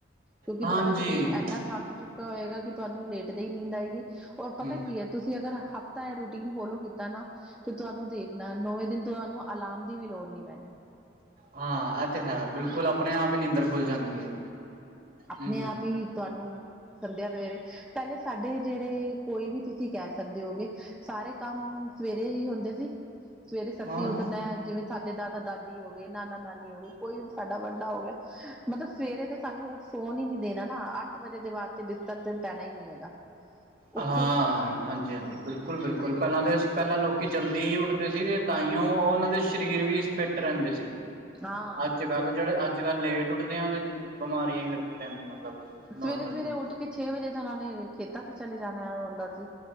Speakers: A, in the centre; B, on the right.
A: ਕਿਉਂਕਿ
B: ਹਾਂਜੀ
A: ਤੁਹਾਡਾ ਸ਼ਰੀਰ ਇੰਹਨਾ ਥੱਕ ਚੁੱਕਿਆ ਹੋਏਗਾ, ਕਿ ਤੁਹਾਨੂੰ ਲੇਟਦੇ ਹੀ ਨੀਂਦ ਆਏਗੀ। ਔਰ ਪਤਾ
B: ਹੂੰ
A: ਕੀ ਹੈ? ਤੁਸੀ ਅਗਰ ਹਫ਼ਤਾ ਇਹ ਰੂਟੀਨ ਫੋਲੋ ਕੀਤਾ ਨਾ। ਤੇ ਤੁਹਾਨੂੰ ਦੇਖਨਾ ਨੋਵੇਂ ਦਿਨ। ਤੁਹਾਨੂੰ ਅਲਾਰਮ ਦੀ ਵੀ ਲੋੜ ਨੀ ਪੈਨੀ।
B: ਹਾਂ ਇਹ ਤੇ ਹੈ। ਬਿਲਕੁਲ, ਆਪਣੇ ਆਪ ਹੀ ਨੀਂਦਰ ਖੁੱਲ ਜਾਂਦੀ ਹੈ।
A: ਆਪਣੇ
B: ਹੂੰ
A: ਆਪ ਹੀ ਤੁਹਾਨੂੰ ਸੰਧਿਆ ਦੇ ਵਿਹਲੇ, ਪਹਿਲੇ ਸਾਡੇ ਜਿਹੜੇ ਕੋਈ ਵੀ <unintelligible> ਤੁਸੀ ਕਹਿ ਸਕਦੇ ਹੋਵੋਗੇ। ਸਾਰੇ ਕੰਮ ਸੁਵੇਰੇ ਹੀ ਹੁੰਦੇ ਸੀ। ਸੁਵੇਰੇ ਸੱਤੀ
B: ਹਾਂ
A: ਉੱਠਨਾ ਏ। ਜਿਵੇਂ ਸਾਡੇ ਦਾਦਾ ਦਾਦੀ ਹੋ ਗਏ। ਨਾਨਾ ਨਾਨੀ ਹੋ ਗਏ। ਕੋਈ ਸਾਡਾ ਵੱਡਾ ਹੋ ਗਿਆ। ਮਤਲਬ ਸੁਵੇਰੇ ਤੇ ਸਾਨੂੰ ਉੱਠ ਸੋਨ ਹੀ ਨਹੀਂ ਦੇਨਾ ਨਾ। ਅੱਠ ਵਜੇ ਦੇ ਬਾਅਦ ਤੇ ਬਿਸਤਰ ਤੇ ਪੈਨਾ ਹੀ ਨੀ ਹੈਗਾ। ਉੱਠੋ
B: ਹਾਂ, ਹਾਂਜ- ਜੀ ਹਾਂਜੀ ਹਾਂਜੀ, ਬਿਲਕੁਲ-ਬਿਲਕੁਲ, ਪਹਿਲਾਂ ਤੇ ਪਹਿਲਾਂ ਲੋਕੀ ਜਲਦੀ ਹੀ ਉੱਠਦੇ ਸੀਗੇ। ਤਾਂ ਹੀ ਉਹਨਾਂ ਦੇ ਸ਼ਰੀਰ ਵੀ ਫਿੱਟ ਫਿਟ ਰਹਿੰਦੇ ਸੀ।
A: ਹਾਂ
B: ਅੱਜ ਕੱਲ, ਜਿਹੜੇ ਅੱਜ ਕੱਲ ਲੇਟ ਉੱਠਦੇ ਆਂ। ਤੇ ਬਿਮਾਰੀਆਂ ਹੀ ਲੱਗੀ ਰਹਿੰਦੀ, ਮਤਲਬ। ਨੋਰਮਲੀ
A: ਸੁਵੇਰੇ ਸੁਵੇਰੇ ਉੱਠ ਕੇ ਛੇ ਵਜੇ ਤੇ ਉਹਨਾਂ ਨੇ ਖੇਤਾਂ ਤੇ ਚਲੇ ਜਾਨਾ ਹੁੰਦਾ ਸੀ।